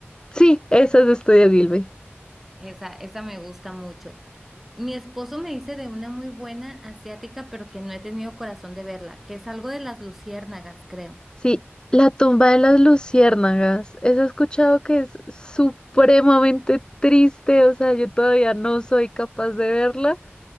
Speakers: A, on the left; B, in the centre.
A: sí, esas es de Estudio Gilby.
B: esa, esa me gusta mucho. Mi esposo me dice de una muy buena asiática, pero que no he tenido corazón de verla, que es algo de las luciérnagas, creo.
A: Sí, la tumba de las luciérnagas. Eso he escuchado que es supremamente triste, o sea, yo todavía no soy capaz de verla,